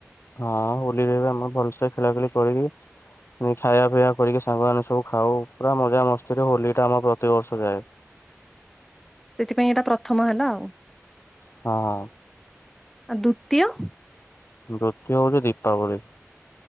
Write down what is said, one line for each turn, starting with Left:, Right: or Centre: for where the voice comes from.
Left: ହଁ ହୋଲିରେ ଆମେ ଭଲସେ ଖେଳାଖେଳି କରିବୁ। ପୁଣି ଖାଇବା ପିଇଆ କରିକି ସାଙ୍ଗମାନେ ସବୁ ଖାଉ ପୁରା ମଜା ମସ୍ତିରେ ହୋଲି ଟା ଆମର ପ୍ରତିିବର୍ଷ ଯାଏ।
Centre: ସେଥିପାଇଁ ଏଇଟା ପ୍ରଥମ ହେଲା ଆଉ,
Left: ହଁ,
Centre: ଆଉ ଦ୍ଵିତୀୟ?
Left: ଦ୍ଵିତୀୟ ହେଉଛି ଦୀପାବଳି।